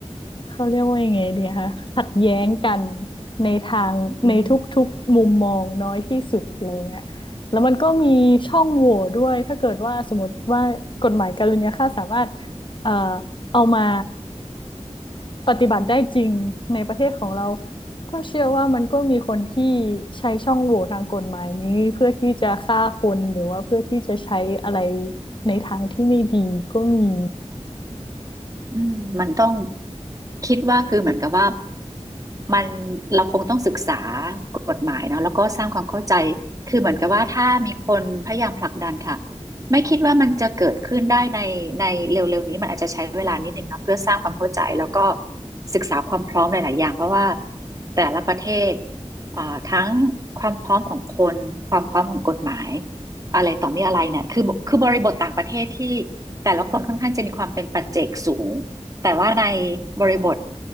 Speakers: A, on the left; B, on the right.
A: เขาเรียกว่ายังไงดีคะขัดแย้งกันในทางในทุกๆมุมมองน้อยที่สุดอะไรเงี้ยแล้วมันก็มีช่องโหว่ด้วยถ้าเกิดว่าสมมติว่ากฎหมายการุญยฆาตสามารถ
B: อืม
A: เอ่อเอามาปฏิบัติได้จริงในประเทศของเราก็เชื่อว่ามันก็มีคนที่ใช้ช่องโหว่ทางกฎหมายนี้เพื่อที่จะฆ่าคนหรือว่าเพื่อที่จะใช้อะไรในทางที่ไม่ดีก็มี
B: อืมมันต้องคิดว่าคือเหมือนกับว่ามันเราคงต้องศึกษากฎหมายเนาะแล้วก็สร้างความเข้าใจคือเหมือนกับว่าถ้ามีคนพยายามผลักดันค่ะไม่คิดว่ามันจะเกิดขึ้นได้ในในเร็วๆนี้มันอาจจะใช้เวลานิดหนึ่งเนาะเพื่อสร้างความเข้าใจแล้วก็ศึกษาความพร้อมหลายๆอย่างเพราะว่าแต่ละประเทศอ่าทั้งความพร้อมของคนความพร้อมของกฎหมายอะไรต่อมีอะไรเนี่ยคือคือบริบทต่างประเทศที่ แต่ละคนค่อนข้างจะมีความเป็นปัจเจกสูง แต่ว่าในบริบท